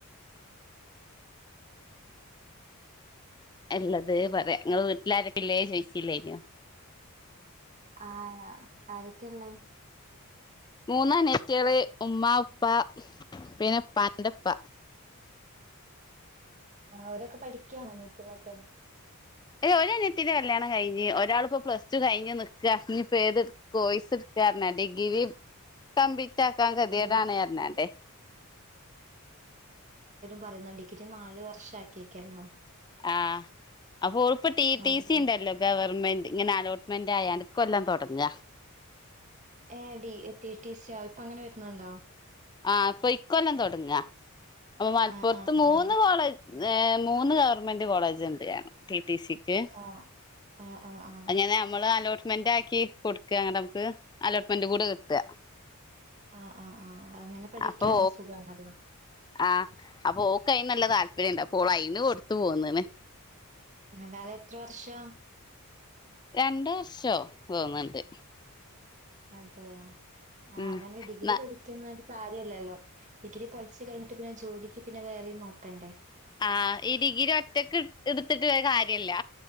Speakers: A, on the left; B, on the right.
A: അല്ലതുപറയാ നിങ്ങളുടെ വീട്ടിലാരൊക്കെയില്ലേ ചോയി ച്ചില്ലായിനോ
B: ആഹ ആരൊക്കെയ ഉള്ള
A: മൂന്നനുജത്തികള് ഉമ്മാ, ഉപ്പ, പിന്നെയുപ്പാന്റെയുപ്പ
B: ആ അവരൊക്കെ പഠിക്കുകയാണോ നീറ്റിനൊക്കെ
A: ഏ ഒ അനയത്തിന്റെ കല്യാണം കഴിഞ്ഞ് ഒരാള ഇപ്പോൊ പ്ലസ് ടു കഴിഞ്ഞ് നിക്ക ഞഇപ്പ ഏത് കോയിസ് കാരന ഡിഗ്രി കമ്പി ചറ്റാക്കാൻ കതിയടാണ്
B: ഡിഗ്രി
A: എണന്റെറെ
B: പറയുന്നഡിഗ്രി നാലു വർഷമാക്കിയിക്കല്ലോ
A: ആ അപ്പൊ ഉറപ്പ ടി
B: അതാ.
A: ടി സി ഉണ്ടല്ലോ ഗവ ഗവൺമെന്റിങ്ങനെ അലോട്ടുമെന്റായാ ണ്ട് ഇകൊല്ലം തൊടങ്ങ
B: ഏ ഡി ട്ടീ ടി സി യോ ആ ഇപ്പൊ അങ്ങനെ വരുന്നുണ്ടോ
A: ആ അപ്പൊഇക്കൊല്ലം തൊടങ്ങ അപ്പൊ മലപ്പുറത്തുമൂന്നു
B: ആഹ് ആഹ് ആഹ്.
A: കോളേജ് ഏ മൂന്ന് ഗവൺമെന്റ് കോളേജ് ഉണ്ട്ണം ട്ടി സിക്ക്
B: ആഹ്. ആഹ് ആഹ് ആഹ്.
A: അയ്നെങ്ങെ അമ്മളുഅലോട്ട് ്മെന്റ് ആക്കി കൊടുക്ക അങ്ങനെ നമുക്ക് അലോട്ട്മെന്റ് കൂടെ കിട്ടുക
B: ആഹ് ആഹ് ആഹ്. അങ്ങനെ പഠിക്കാണെ
A: അപ്പൊ
B: സുഖാണല്ലോ.
A: ആഹ അപ്പൊ കന് നല്ല താല്പര്യണ്ട് അപ്പോൾ അയ്ന് കൊടുത്തു പോന്ന് ണ്
B: അതാഅതെത്ര വർഷം
A: രണ്ട വർഷോ തോന്നണ്ട്
B: അതെയോ ആ
A: ഉം
B: അങ്ങനെ ഡിഗ്രി
A: ന്ന
B: പഠിക്കുന്ന ഇല്ലല്ലോ ഡിഗ്രി പഠിച്ചു കഴിഞ്ഞിട്ടുപിന്നെ ജോലിക്കുപിന്നെ വേറെയും നോക്കണ്ടേ
A: ആഹ ഈ ഡിഗ്രി ഒറ്റക്ക് എടുത്തിട്ട് വരെ കാര്യല്ല